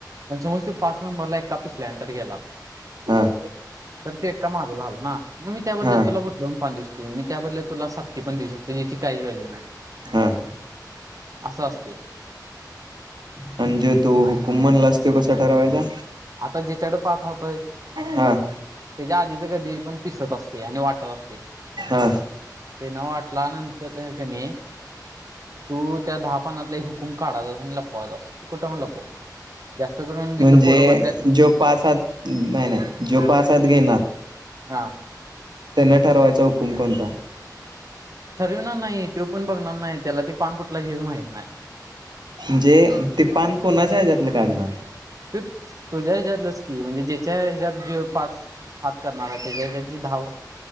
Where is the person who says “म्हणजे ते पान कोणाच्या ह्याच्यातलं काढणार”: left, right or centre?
Right